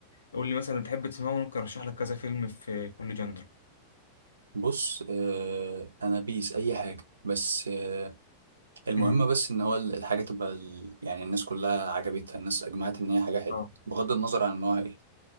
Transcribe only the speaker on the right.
بص آه، انا بيس اي حاجه بس آه، المهم
بس ان هو ال- الحاجه تبقى ال- يعني الناس كلها عجبتها الناس اجمعت ان هي حاجه حلوه
بغض النظر عن نوعها ايه